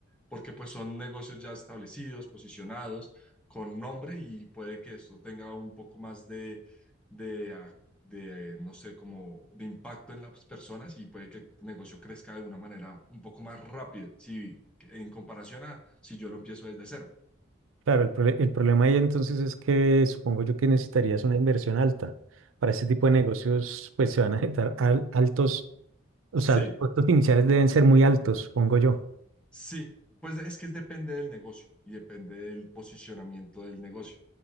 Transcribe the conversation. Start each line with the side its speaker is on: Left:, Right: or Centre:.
Centre: porque pues son negocios ya establecidos, posicionados, con nombre y puede que esto tenga un poco más de, de, ah, de, eh, no sé, como de impacto en las personas y puede que el negocio crezca de una manera un poco más rápida, si, en comparación a si yo lo empiezo desde cero.
Right: Claro, el, prole- el problema ahí entonces es que supongo yo que necesitarías una inversión alta. Para ese tipo de negocios, pues se van a necesitar al- altos, o
Centre: Sí,
Right: sea, los costos iniciales deben ser muy altos, supongo yo.
Centre: Sí, pues es que es- depende del negocio y depende del posicionamiento del negocio.